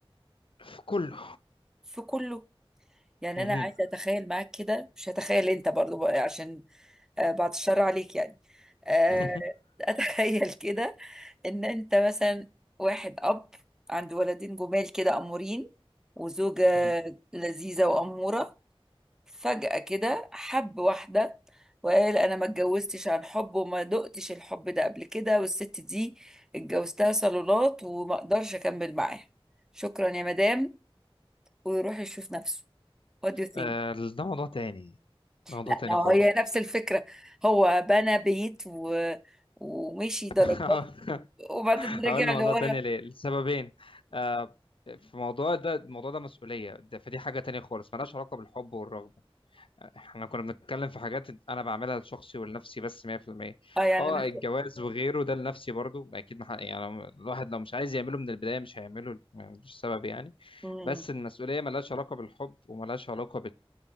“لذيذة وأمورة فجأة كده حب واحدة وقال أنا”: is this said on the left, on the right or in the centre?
Centre